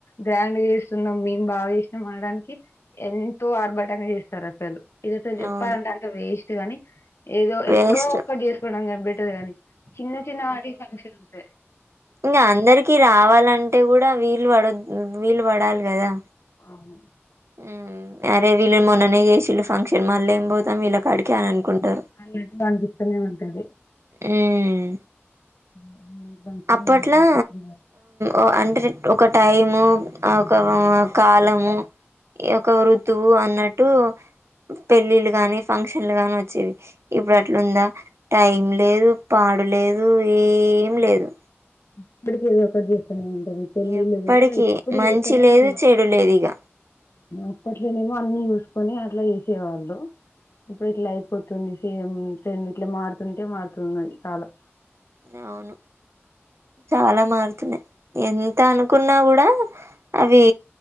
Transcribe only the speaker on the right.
అవును
వేస్ట్
ఇంగా అందరికి రావాలంటే కూడా వీల్ ల్ పడ్డోద్ వీలు పడాలి గద్ దా
ఉమ్మ్ అరే వీళ్ళు మొన్ననే చేస్ ఈళ్ళ ఫంక్షన్ మల్లెం పోతాం వీళ్లా కాడికి అని అనుకుంటారు.
ఉహ్మ్
అప్పట్లా
ఓ అంటే రెం ఒక టైము అగ్ ఒక కాలము ఒక ఋతువు అన్నట్టు పెళ్ళిళ్ళ గాని ఫంక్షన్లు గాని వచ్చేవి ఇప్పుడు అట్లుందా టైం లేదు పా లేదు ఏం లేదు
ఎప్పటికి
మంచి
లేదు
చెడు లేదు ఇగ
అవును చాలా మారుతున్నాయి ఎంత అనుకున్నా కూడా అవి